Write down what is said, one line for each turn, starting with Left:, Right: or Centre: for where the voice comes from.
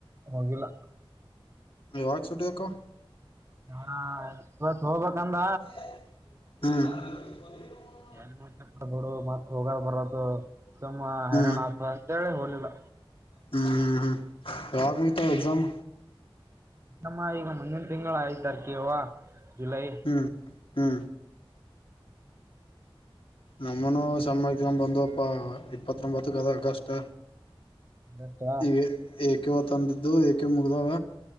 Right: ಹೋಗಿಲ್ಲ.
Left: ಯಾವಾಗ ಸುಟಿ ಆಕವ.
Right: ಆ ಇವತ್ತ ಹೋಗಬೇಕ ಅಂದ
Left: ಹ್ಮ. <inaudible>
Right: ನ್ ದುಡು ಮತ್ತ ಹೋಗ ಬರೋದು ಸುಮ್ಮ
Left: ಹ್ಮ್
Right: ಹೈರಾಣ ಆತ ಅಂತೇಳಿ ಹೋಗಿಲ್ಲ.
Left: ಹ್ಮ್ ಹ್ಮ್ ಹ್ಮ್ ಯಾವಾಗ ಮುಗಿತಾವ ಎಕ್ಸಾಮ್.
Right: ನಮ್ಮ ಈಗ ಮುಂದಿನ ತಿಂಗಳು ಆಯ್ತಾರ ಕೆವ ಜುಲೈ
Left: ಹ್ಮ ಹ್ಮ ನಮ್ಮನುೂ ಸೆಮ್ಮ ಎಕ್ಸಾಮ್ ಬಂದಪ್ಪ ಇಪ್ಪತ್ತೊಂಬತ್ರಕ್ಕೆದ ತಸ್ಟ್
Right: ಆಗಸ್ಟ್
Left: ಎ ಏಕೆವ ತಂದಿದ್ದು ಏಕೆ ಮುಗ್ದಾವ.